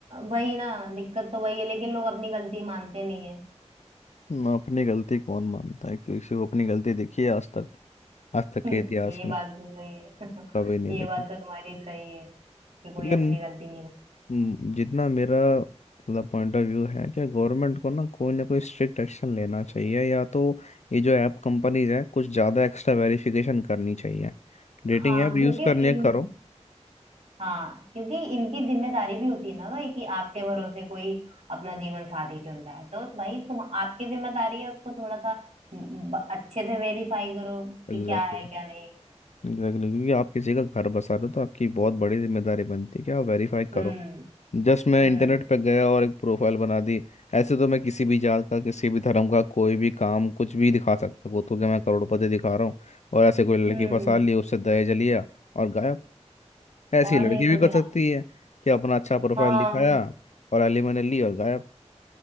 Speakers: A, on the right; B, on the left.
A: वही ना दिक्कत तो वही है लेकिन लोग अपनी गलती मानते नहीं है
B: ना अपनी गलती कौन मानता है किसी को अपनी गलती देखी है आज तक आज तक
A: हम्म,
B: के इतिहास
A: ये बात
B: में
A: तो सही है <laughs>
B: कभी नहीं
A: ये
B: देखी
A: बात तो तुम्हारी सही है कि कोई
B: लेकिन
A: अपनी गलती नहीं
B: हम्म, जितना मेरा मतलब पॉइंट ऑफ व्यू है कि गवर्नमेंट को ना कोई ना कोई स्ट्रिक्ट एक्शन लेना चाहिए या तो ये जो ऐप कंपनीज है कुछ ज़्यादा एक्स्ट्रा वेरिफिकेशन करनी चाहिए
A: मानता
B: डेटिंग
A: हाँ
B: ऐप यूज़
A: क्योंकि
B: करनी
A: इन
B: है करो
A: हाँ क्योंकि इनकी जिम्मेदारी भी होती है ना भाई कि आपके भरोसे कोई अपना जीवन साथी चुन रहा है तो भाई तुम आपकी जिम्मेदारी है उसको थोड़ा सा ब- अच्छे से वेरीफाई करो कि
B: एग्जैक्ट
A: क्या है क्या नहीं
B: एग्जैक्टली क्योंकि आप किसी का घर बसा रहे हो तो आपकी बहुत बड़ी जिम्मेदारी बनती है कि आप वेरीफाई
A: हम्म
B: करो जस्ट मैं
A: हम्म
B: इंटरनेट पे गया और एक प्रोफाइल बना दी ऐसे तो मैं किसी भी जात का किसी भी धर्म का कोई भी काम कुछ भी दिखा सकता हूँ तो क्या मैं करोड़पति दिखा रहा हूँ और ऐसे कोई
A: हम्म
B: लड़की फंसा ली उससे दहेज लिया और गायब ऐसी
A: और
B: लड़की
A: नहीं तो
B: भी कर
A: क्या
B: सकती है कि अपना अच्छा प्रोफाइल
A: हाँ
B: हाँ दिखाया और एलिमनी ली और गायब